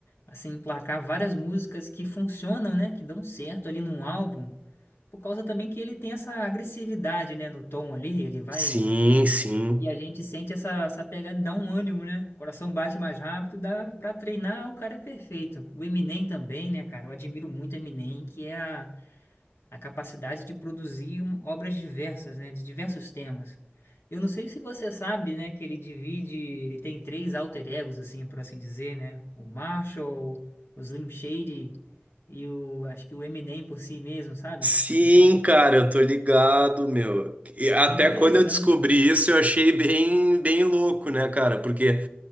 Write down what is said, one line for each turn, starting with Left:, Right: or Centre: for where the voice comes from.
Left: assim, emplacar várias músicas que funcionam, né? Que dão certo ali num álbum. Por causa também que ele tem essa agressividade, né? No tom ali, ele vai.
Right: Sim, sim.
Left: E a gente sente essa, essa pegada, dá um ânimo, né? O coração bate mais rápido, dá pra treinar, o cara é perfeito. O Eminem também, né, cara? Eu admiro muito o Eminem, que é a, a capacidade de produzir um- obras diversas, né, de diversos temas. Eu não sei se você sabe, né, que ele divide, ele tem três alter egos, assim, por assim dizer, né, o Marshall, o Slim Shady e o, acho que o Eminem por si mesmo, sabe?
Right: Sim,
Left: Então,
Right: cara, eu tô ligado, meu. E até
Left: é muito interessante.
Right: quando eu descobri isso, eu achei bem, bem louco, né, cara? Porque,